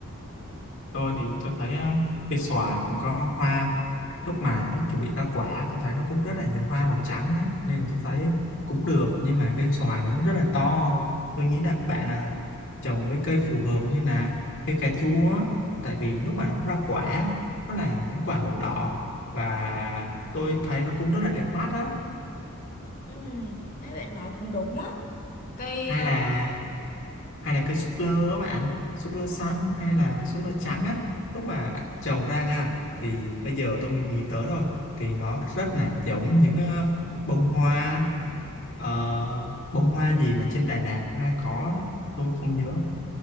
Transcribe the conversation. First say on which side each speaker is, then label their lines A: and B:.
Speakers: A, on the left; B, on the left.
A: tôi thì tôi thấy á, cây xoài cũng có hoa lúc mà nó chuẩn bị ra quả tôi thấy nó cũng rất là nhiều hoa màu trắng á, nên là tôi thấy cũng được nhưng mà cây xoài thì nó rất là to tôi nghĩ là bạn à, trồng mấy cây phù hợp như là cây cà chua á, tại vì lúc mà nó ra quả nó là những quả màu đỏ và tôi thấy nó cũng rất là đẹp mắt á
B: ừ thấy bạn nói cũng đúng á cây
A: hay
B: ờ,
A: là hay là cây súp lơ á bạn súp lơ xanh hay là súp lơ trắng á lúc mà bạn trồng ra nha thì bây giờ tôi mới nghĩ tới thôi thì nó rất là giống những ờ, bông hoa ờ, bông hoa gì mà trên Đà Lạt hay có tôi không nhớ